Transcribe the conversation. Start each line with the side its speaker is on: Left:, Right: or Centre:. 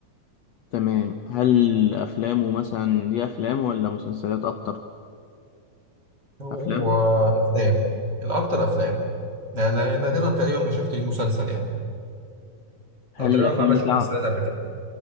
Left: تمام هل أفلامه مثلا دي أفلام ولا مسلسلات أكتر
Right: هو
Left: أفلام
Right: افلام الاكتر افلام يعني أنا نادرا تقريبا ما شفت ليه مسلسل يعني
Left: هل
Right: او تقريبا
Left: الأفلام
Right: ما عملش
Left: بتاعه
Right: مسلسلات قبل كده